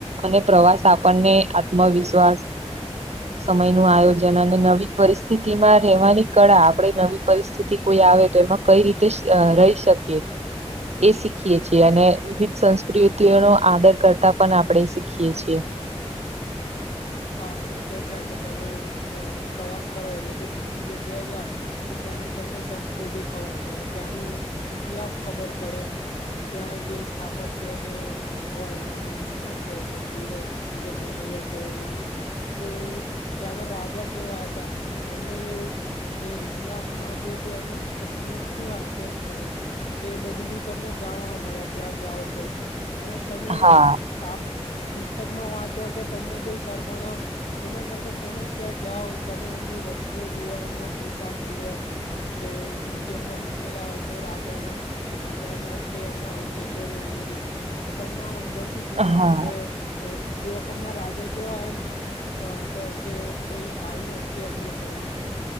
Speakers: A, on the right (about 75°); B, on the left (about 85°).
A: અને પ્રવાસ આપણને આત્મવિશ્વાસ. સમયનું આયોજન અને નવી પરિસ્થિતિમાં રેહવાની કળા આપણે નવી પરિસ્થિતિ કોઈ આવે તો એમાં કઈ રીતેસ અ રય શકીએ. એ શીખીએ છીએ અને વિવિધ સંસ્કૃતિઓનો આદર કરતા પણ આપણે શીખીએ છીએ.
B: હા, એ તો છે કે તમે અ પ્રવાસ કરો એટલે કે બીજી જગ્યાએ જાવ. તો ત્યાંની તમને સંસ્કૃતિ ખબર પડે ત્યાંની ઈતિહાસ ખબર પડે. ત્યાં જે સ્થાપત્ય જે હોય એમના મઠો, મંદિરો. કે મેહેલો કઈ કે ત્યાંના રાજા કેવા હતા એમને એ જે ઇતિહાસમાં હતું તે અમને સિદ્ધિઓ શું હાસલ કરી. તે બધું બી તમને જાણવા મળે ત્યાં જાઓ તો. અને તમે
A: હા
B: આ પુસ્તકમાં વાંચો કે તમને કોઈ સર ભણાવે એના કરતા તમે ત્યાં જાઓ તમે એમની વસ્તુઓ જુઓ એમના પોશાક જુઓ. કે મ્યુઝિયમ માં મૂકેલા હોય કોઈ રાજા ના. કે ઘોડાના કે એમના અવશેષોને એવું બધું તમને આમ અંદર. ી
A: હા
B: કે એ વખત ના રાજા. કેવા એમશે કે ભાઈ આવી વસ્તુ એમને કરી.